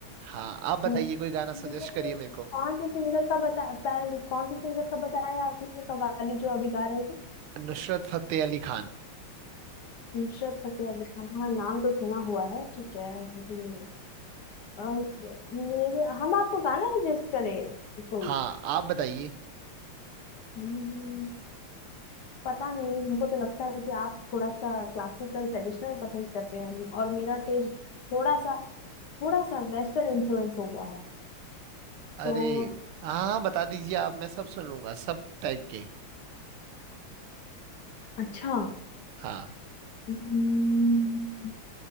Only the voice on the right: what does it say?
हाँ आप
बताइए कोई गाना सजेस्ट
करिए मेरे को
नुसरत फतेह अली खान
हाँ आप बताइए
अरे
हाँ हाँ, बता दीजिए आप मैं सब सुन लूंगा सब टाइप के
हाँ